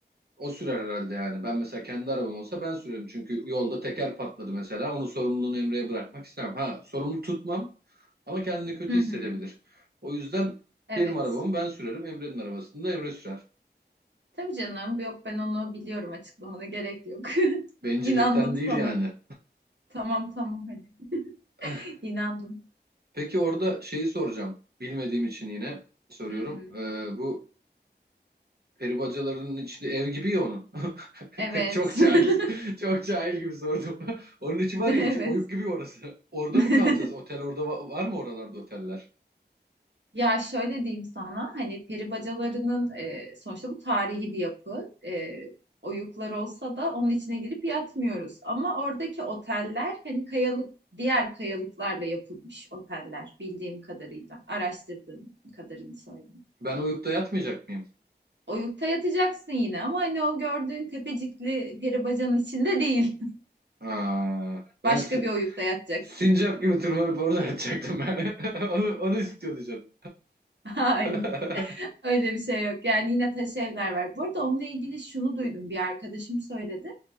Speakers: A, on the right; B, on the right.
A: o sürer herhalde yani. Ben mesela kendi arabam olsa ben sürerim. Çünkü yolda teker patladı mesela. Onun sorumluluğunu Emre'ye bırakmak istemem. Ha, sorumlu tutmam ama kendini kötü
B: Hı hı.
A: hissedebilir. O yüzden
B: Evet.
A: benim arabamı ben sürerim. Emre'nin arabasını da Emre sürer.
B: Tabii canım. Yok ben onu biliyorum. Açıklamana gerek yok. <laughs>
A: Bencillikten
B: İnandım sana.
A: değil yani.
B: Tamam tamam hadi.
A: <laughs>
B: <laughs> İnandım.
A: Peki orada şeyi soracağım. Bilmediğim için yine soruyorum.
B: Hı hı.
A: Ee, bu peri bacalarının içinde ev gibi ya onun. <laughs>
B: Evet.
A: Çok cahil,
B: <laughs>
A: çok cahil gibi sordum. <laughs> Onun içi var
B: Evet.
A: ya içi oyuk gibi orası. Orada
B: <laughs>
A: mı kalacağız? Otel orada va- var mı oralarda oteller?
B: Ya şöyle diyeyim sana hani peri bacalarının e, sonuçta bu tarihi bir yapı. E, oyuklar olsa da onun içine girip yatmıyoruz. Ama oradaki oteller hani kayalık diğer kayalıklarla yapılmış oteller bildiğim kadarıyla. Araştırdığım kadarını söyleyeyim.
A: Ben oyukta yatmayacak mıyım?
B: Oyukta yatacaksın yine ama hani o gördüğün tepecikli peri bacanın içinde değil. <laughs>
A: Aa, ben
B: Başka
A: si-
B: bir oyukta yatacaksın.
A: sincap gibi tırmanıp orada yatacaktım ben. <laughs> Onu, onu istiyordu canım.
B: <laughs> Hayır.
A: <laughs>
B: Öyle bir şey yok. Yani yine taş evler var. Bu arada onunla ilgili şunu duydum. Bir arkadaşım söyledi.